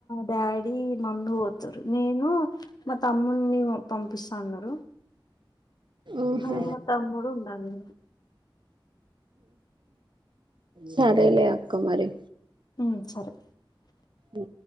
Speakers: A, on the left (about 50°); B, on the right (about 60°).
A: డాడీ మమ్మీ పోతరు నేను మా తమ్ముని పంపిస్తాన్నారు
B: ఉహు
A: నిను మా తమ్ముడు ఉండాలే
B: సరేలే అక్క మరి
A: ఉ సరే
B: ఉ